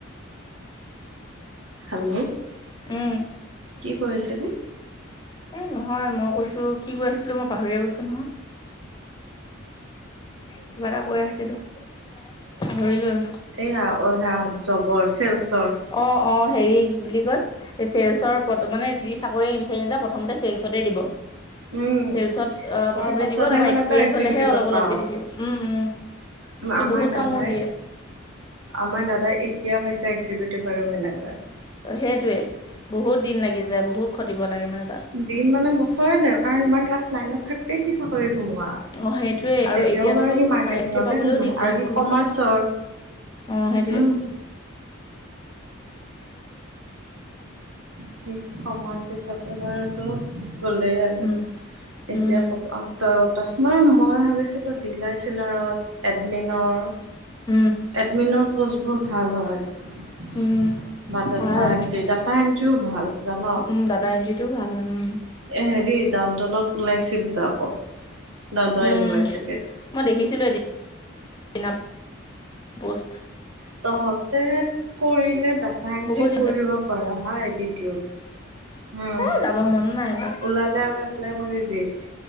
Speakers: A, on the right; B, on the left.
A: হেল্ল'
B: উম।
A: কি কৈ আছিলি?
B: এ নহয় মই কৈছো কি কৈ আছিলো মই পাহৰিয়ে গৈছো নহয়। কিবা এটা কৈ আছিলো পাহৰিলো আৰু।
A: এইয়া অইহা জবৰ চেলচৰ
B: অ অ হেৰি কি বুলি কয়। পিছে চলচৰ পত মানে যি চাকৰি নি বিচাৰি যা প্ৰথমতে চেলচতেই দিব।
A: উম।
B: চেলচত প্ৰথমতে
A: তাৰ পাছতহে
B: দিব তাৰপা
A: মানে
B: এক্সপিৰিয়েঞ্চ
A: তই এক্সিকিউটিভত
B: হ'লেহে অলপ
A: পাৱ।
B: অলপকে দি থাকিব উম উম। কিন্তু
A: আমাৰ
B: বহুত কামোৰ
A: দাদাই
B: দিয়ে।
A: আমাৰ দাদা এতিয়া পাইছে এক্সিকিউটিভ আৰু মেনেজাৰ।
B: অ সেইটোৱে বহুত দিন লাগি যায় বহুত খতিব লাগে মানে তাত।
A: দিন মানে বছৰে ন কাৰণ মাৰ ক্লাছ নাইনত থাকঁতে সি চাকৰিত সোমোৱা।
B: অ সেইটোৱে আৰু
A: তেতিয়াও
B: এতিয়াতোতো
A: বাৰু সি মাৰ্কেটিঙতে
B: প্ৰায়তকে পাবলেও
A: সোমায়
B: দিগদাৰ
A: আৰু সি
B: বহুত।
A: কমাৰ্চৰ।
B: অ সেইটোৱে।
A: উম যি কমাইছে চাকেবাৰেটো গলে আৰু
B: উম
A: এতিয়া
B: উম
A: ক'ব আঠতা ৰটা মই ম- মই ভাবিছিলোঁ ডিলাৰ চিলাৰত এডমিনৰ।
B: উম।
A: এডমিনৰ প'ষ্টবোৰ ভাল হয়
B: উম
A: বাদাটাইম
B: ভাল
A: তেতা- নো যো ভাল জান।
B: উ দাতা এন্তেৰি ভাল হয়, উম।
A: হেৰি ডাউনটাউনত ওলাইছিল ত আকৌ ডাউনউন
B: উম
A: ইউনিভাৰ্চিটিত।
B: মই দেখিছিলোঁ এদিনা পষ্ট।
A: তহঁতে কৰিলে ডাটা এণ্ট্ৰি
B: বহুত দিনতে।
A: কৰিব পাৰ সায় এডিটিউড। উম
B: এ যাব মন নাই তাত
A: ওলালে আৰু এপ্লাই কৰিবি।